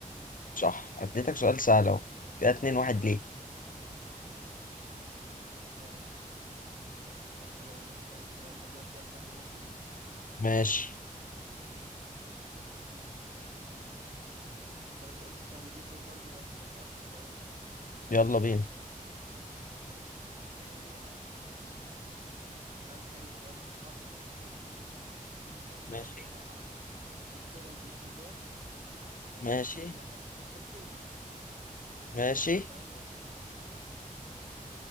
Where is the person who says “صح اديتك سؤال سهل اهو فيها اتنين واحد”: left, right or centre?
Left